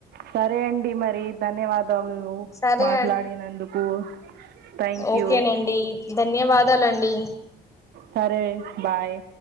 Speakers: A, on the right; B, on the left.
A: సరే అండి మరి ధన్యవాదములు
B: సరే
A: మాట్లాడినందుకు థ్యాంక్
B: ఓకేనండీ
A: యూ
B: ధన్యవాదాలండి
A: సరే బాయ్